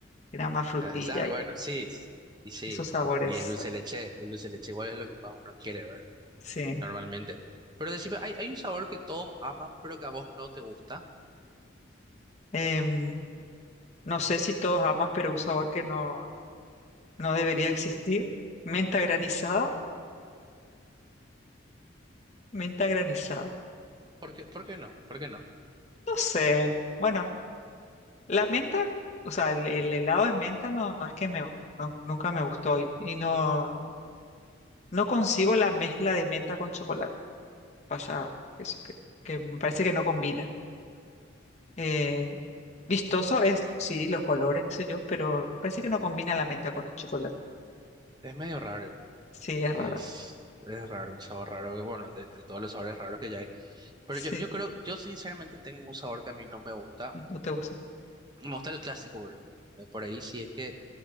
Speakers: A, on the left; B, on the right.
A: Era más frutilla
B: Ah, es- ah,
A: y
B: bueno, sí. s- Y sí.
A: esos sabores.
B: Y y el dulce de leche, el dulce de leche igual es lo que más uno quiere, ¿verdad?
A: Sí.
B: Normalmente. Pero decime, ¿hay, hay un sabor que todos aman, pero que a vos no te gusta?
A: Em, no sé si todos aman, pero un sabor que no. no debería existir. Menta granizada, menta granizada.
B: ¿Por qué, por qué no? ¿Por qué no?
A: No sé. Bueno, la menta, o sea, el, el helado de menta no, no es que me, no- nunca me gustó y, y no, no concibo la mezcla de menta con chocolate. Pasa eso, que, que me parece que no combina. Eh, vistoso es, sí, los colores, qué sé yo, pero parece que no combina la menta con el chocolate.
B: Es medio raro igual.
A: Sí, es
B: Es,
A: rara.
B: es raro, un sabor raro que, bueno, de entre todos los sabores raros que ya hay. Pero
A: Sí,
B: yo, yo creo, yo sinceramente tengo un sabor que a mí no me gusta.
A: no te gusta.
B: Me gusta el clásico, boludo. Eh, Por ahí sí es que.